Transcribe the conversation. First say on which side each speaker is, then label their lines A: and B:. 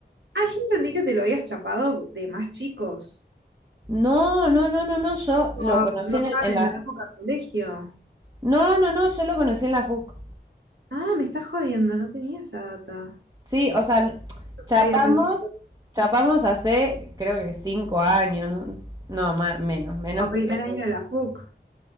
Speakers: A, on the right; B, on the right.
A: Ah, yo entendí que te lo habías chapado de más chicos.
B: No, no, no, no, no, yo
A: O
B: lo conocí
A: Cuando
B: en,
A: estaban
B: el- en la...
A: en la época del colegio.
B: No, no, no, yo lo conocí en la FUC.
A: Ah, me estás jodiendo, no tenía esa data.
B: Sí, o sea, n- chapamos,
A: Ya había pensado.
B: chapamos hace creo que cinco años, no, no más, menos, menos
A: O primer
B: porque hace-
A: año de la PUC.